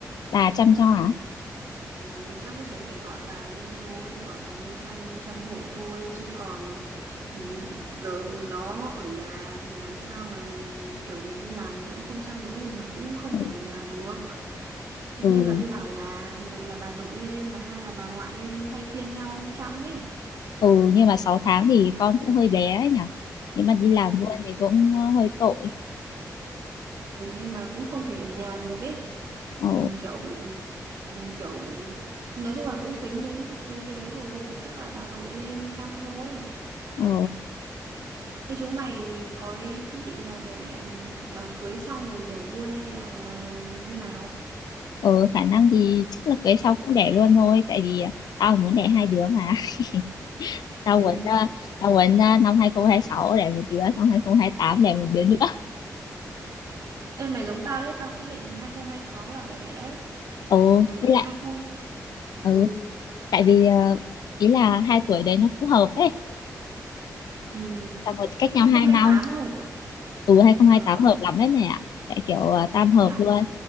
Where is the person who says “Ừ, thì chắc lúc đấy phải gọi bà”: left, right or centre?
Right